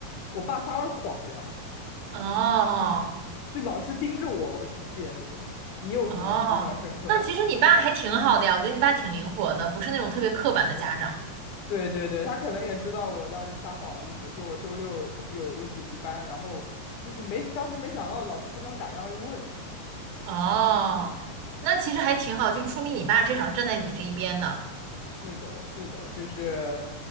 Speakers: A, on the left; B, on the right.
A: 我爸撒了谎这样，
B: 哦，
A: <laughs> 就老是盯着我，我就记得那种。你有什么印象深刻的吗？
B: 哦，那其实你爸还挺好的呀，我觉得你爸挺灵活的，不是那种特别刻板的家长。
A: 对对对，他可能也知道我当时撒谎了，就比如说我周六有有补习班，然后就是没，当时没想到老师真的会打电话问。
B: 哦，那其实还挺好，就说明你爸至少站在你这一边的。
A: 是的，是的，就是，